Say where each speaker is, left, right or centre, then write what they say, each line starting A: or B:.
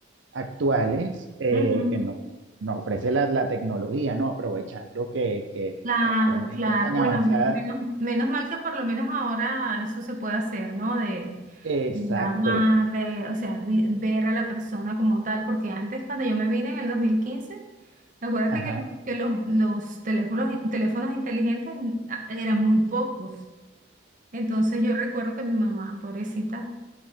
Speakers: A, on the right; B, on the right.
A: actuales eh,
B: Ujú.
A: que nos, nos ofrece la, la tecnología, ¿no? Aprovechando que, que
B: Claro,
A: actualmente
B: claro.
A: es tan
B: Bueno,
A: avanzada.
B: men- menos, menos mal que por lo menos ahora eso se puede hacer, ¿no? De
A: Exacto,
B: llamar, de, o sea, vi- ver a la persona como tal, porque antes cuando yo me vine en el 2015, acuérdate
A: ajá,
B: que, lo- que los, los teléfonos, teléfonos inteligentes mm, a- eran muy pocos. Entonces yo recuerdo que mi mamá, pobrecita,